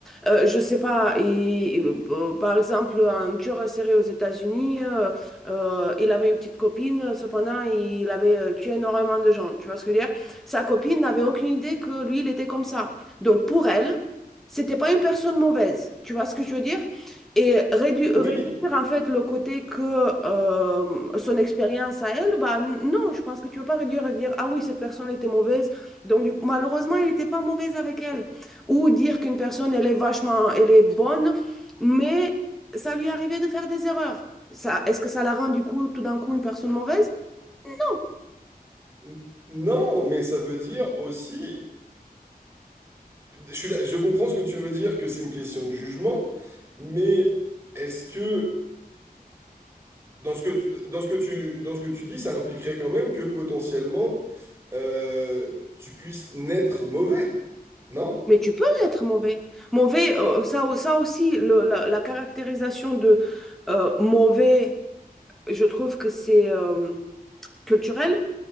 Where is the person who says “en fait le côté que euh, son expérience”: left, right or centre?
Centre